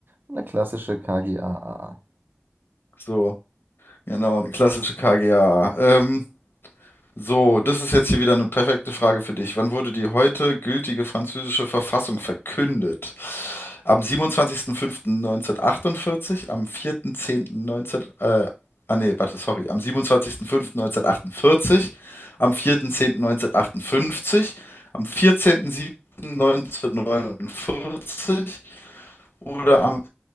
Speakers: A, on the right (about 60°); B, on the left (about 70°).
A: Eine klassische KGaA.
B: So. Genau, eine klassische KGA. Ähm, so, das ist jetzt hier wieder eine perfekte Frage für dich. Wann wurde die heute gültige französische Verfassung verkündet? Am 27.05.1948, am 4.10.19, äh, ah nee, warte, sorry, am 27.05.1948, am 4.10.1958, am 14.07.1949, oder am